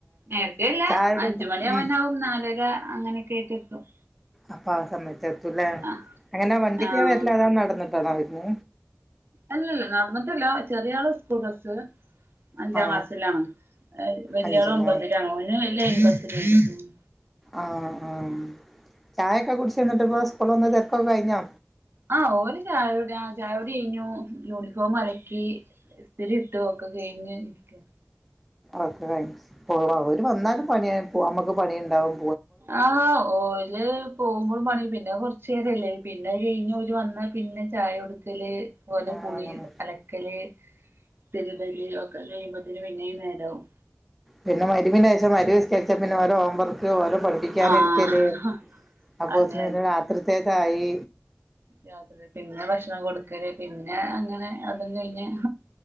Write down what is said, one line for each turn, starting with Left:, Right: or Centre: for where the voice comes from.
Right: നേരത്തെല്ല
Centre: ചായയുടെ
Right: അഞ്ചുമണിയാവാനാവും
Centre: ഒക്കെ ഉം
Right: നാലര അങ്ങനെയൊക്കെയ്ട്ട് എത്തും
Centre: അപ്പൊ ആ സമയത്തെത്തൂല്ലേ
Right: ആഹ്
Centre: എങ്ങനെ വണ്ടിക്കാ
Right: ആഹ്
Centre: വര്ല്ല് അതാ നടന്ന്ട്ടാണോ വര്ന്
Right: അല്ലല്ല നടന്ന്ട്ടല്ല ചെറിയ ആള് സ്കൂബസ്സ് അഞ്ചാം
Centre: ആ
Right: ക്ലാസിലാണ് വല്ല്യാേള്
Centre: അഞ്ചിലോ
Right: ഒമ്പതിലാണ് ഓന് ലൈൻബസിലാ ഉം
Centre: ആഹ് ആഹ് ചായൊക്കെ കുട്ച്ചോന്നിട്ട്
Right: ഉം
Centre: ഇപ്പോ സ്കൂള് വന്ന് തെര്ക്കൊക്കെ കഴിഞ്ഞോ
Right: ആഹ് ഓല്ചായ കുട്യാ ആ ചായുടി കഴിഞ്ഞൂ യൂണിഫോമ് അലക്കി ഇസ്തിരി ഇട്ടു ഒക്കെ കഴിഞ്ഞ് ഇരിക്കാ
Centre: ഓക്കെ <unintelligible> അള്ളാ ഓര് വന്നാലും പണ്യയ് പോവുമ്പോക്കും പണി ഇണ്ടാവും
Right: ആഹ് ഓല് പോകുമ്പളും പണി പിന്നെ കൊറച്ചേരല്ലേ പിന്നെ അഅ് കഴിഞ് ഓല് വന്നാ പിന്നെ ചായ കൊടുക്കല് ഓലെ
Centre: ആ
Right: കുളി അലക്കല് തിര്ബല് ഒക്കെ കഴിയുമ്പോത്തിന് പിന്നെ ഈ നേരാവും
Centre: പിന്നെ മഗ് രിബിന് ശേഷം മഗ് രിബിസ്കര്ച്ചാ പിന്നെ ഓലെ ഓം വർക്ക് ഓലെ- പഠിപ്പിക്കാനിരിക്കല്
Right: ആഹ്
Centre: അപ്പോ
Right: അതെ
Centre: പിന്നെ രാത്രിത്തേക്കായി
Right: രാത്രിതേക്ക് പിന്നെ ഭക്ഷണം കൊടുക്കല് പിന്നെ അങ്ങനെ അതും കഴിഞ്ഞ്